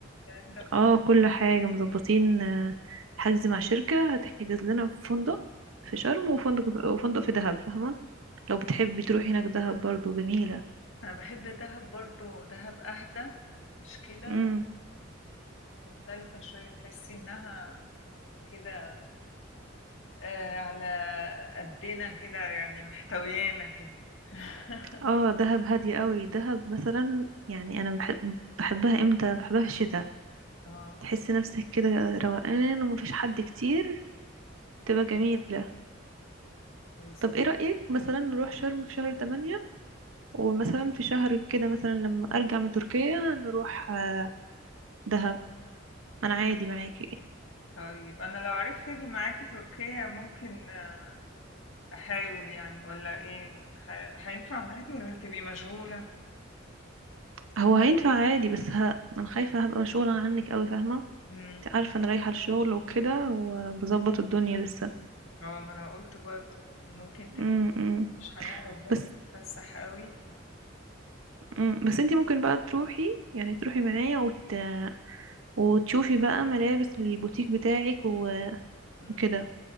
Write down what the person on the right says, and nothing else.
اه
كل حاجة مظبطين آه، حجز مع شركة هتحجز لنا في فندق في
شرم وفندق وفندق في دهب فاهمة لو بتحبي تروحي هناك دهب برضو جميلة
امم
اه دهب هادية قوي دهب مثلا يعني انا بحب بحبها امتى بحبها في الشتاء
تحسي نفسك كده روقان ومفيش حد كتير تبقى جميلة
طب ايه رأيك مثلا نروح شرم في شهر تمانية ومثلا في شهر كده مثلا لما ارجع من تركيا نروح آه، دهب انا عادي معاكي
هو هينفع عادي بس ه... انا خايفة هبقى مشغولة عنك قوي فاهمة
انت عارفة انا رايحة الشغل وكده وبظبط الدنيا لسه
امم امم.
بس
امم بس انت ممكن بقى تروحي يعني تروحي معايا وت... وتشوفي بقى ملابس من البوتيك بتاعك و...
وكده